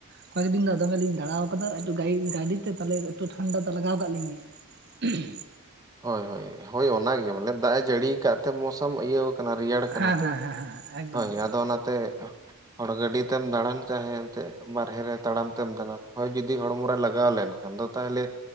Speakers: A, on the right; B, on the right.
A: ᱚᱠᱟᱮ ᱫᱤᱱ ᱫᱚᱢᱮ ᱞᱤᱧ ᱫᱟᱲᱟᱣ ᱟᱠᱟᱫᱟ ᱮᱩ ᱜ ᱜᱟᱹᱰᱤ ᱛᱮ ᱛᱟᱦᱚᱞᱮ ᱮᱠᱴᱩ ᱴᱷᱟᱱᱰᱟ ᱫᱚ ᱞᱟᱜᱟᱣ ᱠᱟᱜ ᱞᱤᱧ ᱜᱮᱭᱟ᱾ ᱩᱦᱷᱩᱢ
B: ᱦᱳᱭ ᱦᱳᱭ ᱦᱳᱭ ᱚᱱᱟᱜ ᱜᱮ ᱵᱚᱞᱮ ᱫᱟᱜ ᱮ ᱡᱟᱹᱲᱤ ᱟᱠᱟᱫ ᱛᱮ ᱢᱚᱸᱡᱽ ᱚᱢ ᱤᱭᱟᱹ ᱠᱟᱱᱟ ᱨᱮᱭᱟᱲ ᱠᱟᱱᱟ
A: ᱦᱮᱸ
B: ᱛᱚ
A: ᱦᱮᱸ ᱦᱮᱸ ᱦᱮᱸ ᱮᱠᱫᱚᱢ
B: ᱦᱳᱭ
A: ᱮᱠᱫᱚᱢ
B: ᱟᱫᱚ ᱚᱱᱟᱛᱮ ᱦᱚᱲ ᱜᱟᱹᱰᱤ ᱛᱮᱢ ᱫᱟᱬᱟᱱ ᱪᱟᱦᱮ ᱮᱱᱛᱮᱫ ᱵᱟᱨᱦᱮ ᱨᱮ ᱛᱟᱲᱟᱢ ᱛᱮᱢ ᱫᱟᱬᱟᱱ ᱦᱚᱳᱭ ᱡᱩᱫᱤ ᱦᱚᱲᱢᱚ ᱨᱮ ᱞᱟᱜᱟᱣ ᱞᱮᱱ ᱠᱷᱟᱱ ᱫᱚ ᱛᱟᱦᱚᱞᱮ